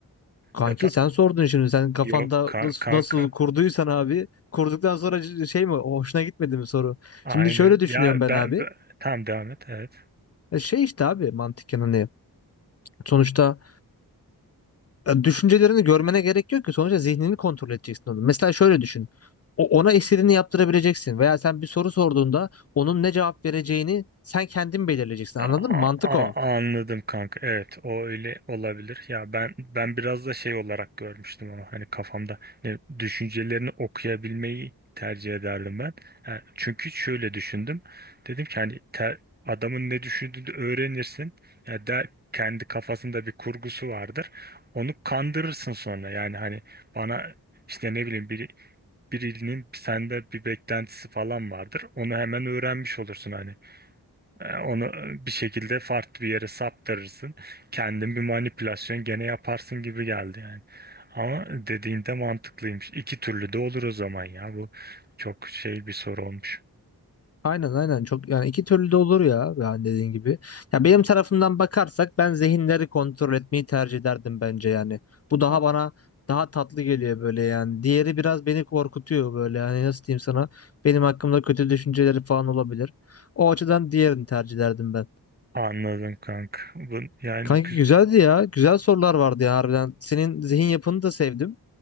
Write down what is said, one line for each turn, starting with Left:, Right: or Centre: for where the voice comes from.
Left: Kanki
Right: Ya ta-
Left: sen sordun şimdi. Sen kafanda
Right: yok ka-
Left: nasıl,
Right: kanka.
Left: nasıl kurduysan abi. Kurduktan sonra c- şey mi? Hoşuna gitmedi mi soru?
Right: Aynen.
Left: Şimdi şöyle düşünüyorum
Right: Ya
Left: ben
Right: ben,
Left: abi.
Right: ben- tamam devam et. Evet.
Left: E Şey işte abi mantıken hani. Sonuçta e, düşüncelerini görmene gerek yok ki. Sonuçta zihnini kontrol edeceksin onu. Mesela şöyle düşün. O- Ona istediğini yaptırabileceksin. Veya sen bir soru sorduğunda onun ne cevap vereceğini sen kendin belirleyeceksin.
Right: A-
Left: Anladın mı? Mantık
Right: a-
Left: o.
Right: anladım kanka. Evet, o öyle olabilir. Ya ben ben biraz da şey olarak görmüştüm onu. Hani kafamda ne, düşüncelerini okuyabilmeyi tercih ederdim ben. Ha, çünkü şöyle düşündüm. Dedim ki hani te- adamın ne düşündüğünü öğrenirsin. Ya der kendi kafasında bir kurgusu vardır. Onu kandırırsın sonra. Yani hani bana işte ne bileyim biri, birinin sende bir beklentisi falan vardır. Onu hemen öğrenmiş olursun hani. E, Onu e, bir şekilde farklı bir yere saptırırsın. Kendin bir manipülasyon gene yaparsın gibi geldi yani. Ama dediğinde mantıklıymış. İki türlü de olur o zaman ya. Bu çok şey bir soru olmuş.
Left: Aynen aynen çok yani iki türlü de olur ya yani dediğin gibi. Ya benim tarafımdan bakarsak ben zihinleri kontrol etmeyi tercih ederdim bence yani. Bu daha
Right: A-
Left: bana daha tatlı geliyor böyle yani. Diğeri biraz beni korkutuyor böyle yani nasıl diyeyim sana benim hakkımda kötü düşünceleri falan olabilir. O açıdan diğerini tercih ederdim ben.
Right: Anladım kanka. Bu, yani
Left: Kanki
Right: gü-
Left: güzeldi ya. Güzel sorular vardı ya harbiden. Senin zihin yapını da sevdim.